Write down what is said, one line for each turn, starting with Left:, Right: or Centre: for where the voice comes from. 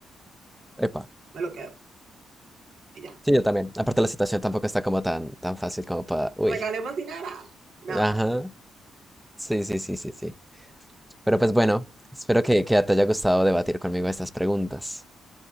Centre: Epa.
Right: me lo quedo. Y ya,
Centre: Sí, yo también. Aparte la situación tampoco está como tan, tan fácil como para... Uy.
Right: regalemos dinero. No.
Centre: Ajá. Sí, sí, sí, sí, sí. Pero pues bueno, espero que, que te haya gustado debatir conmigo estas preguntas.